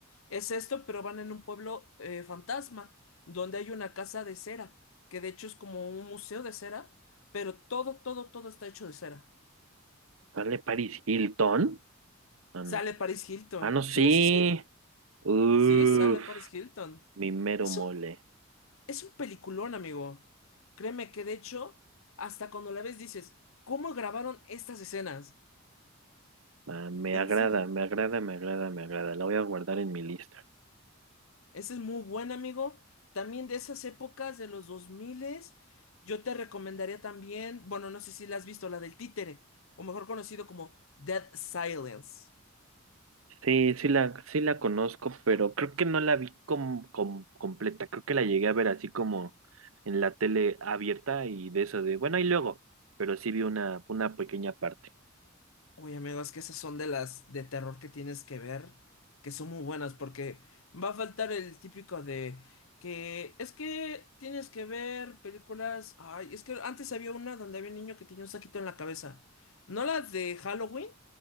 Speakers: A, on the left; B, on the right.
A: Es esto, pero van en un pueblo eh, fantasma, donde hay una casa de cera, que de hecho es como un museo de cera, pero todo, todo, todo está hecho de cera.
B: ¿Sale Paris Hilton? Ah, no.
A: Sale Paris Hilton.
B: Ah, no, sí.
A: Sí, sí, sí.
B: Uf,
A: Sí, sale Paris Hilton.
B: mi mero
A: Es
B: mole.
A: un Es un peliculón, amigo. Créeme que de hecho, hasta cuando la ves dices, ¿cómo grabaron estas escenas?
B: Ah, me
A: En
B: agrada,
A: serio,
B: me agrada, me agrada, me agrada. La voy a guardar en mi lista.
A: ese es muy buen, amigo. También de esas épocas de los 2000, yo te recomendaría también, bueno, no sé si la has visto, la del títere, o mejor conocido como Dead Silence.
B: Sí, sí la, sí la conozco, pero creo que no la vi com- com- completa. Creo que la llegué a ver así como en la tele abierta y de eso de, bueno, y luego, pero sí vi una, una pequeña parte.
A: Uy, amigo, es que esas son de las de terror que tienes que ver, que son muy buenas, porque va a faltar el típico de que es que tienes que ver películas. Ay, es que antes había una donde había un niño que tenía un saquito en la cabeza. ¿No la de Halloween?